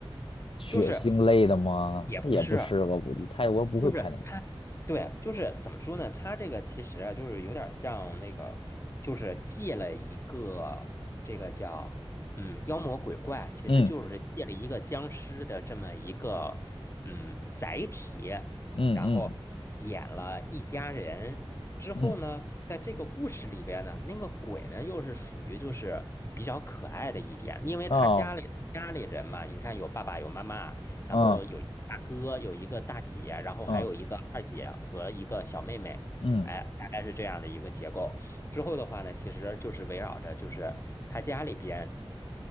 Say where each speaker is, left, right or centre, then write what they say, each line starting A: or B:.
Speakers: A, on the left; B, on the left.
A: 血腥类的吗？
B: 就是也不是。
A: 他也不是，我估计泰国不会拍那种。
B: 就是他，对，就是怎么说呢？他这个其实啊就是有点儿像那个，就是借了一个这个叫嗯妖魔鬼怪，其实就是借了一个僵尸的这么一个嗯载体，
A: 嗯嗯嗯
B: 然后演了一家人之后呢，
A: 嗯，嗯
B: 在这个故事里边呢，那个鬼呢又是属于就是比较可爱的一点，因为他家里家里人嘛，
A: 哦，
B: 你看有爸爸有妈妈。然后有一个大哥，
A: 嗯
B: 有一个大姐，然后还有一个二姐和一个小妹妹，
A: 嗯嗯
B: 哎，大概是这样的一个结构。之后的话呢，其实就是围绕着就是他家里边，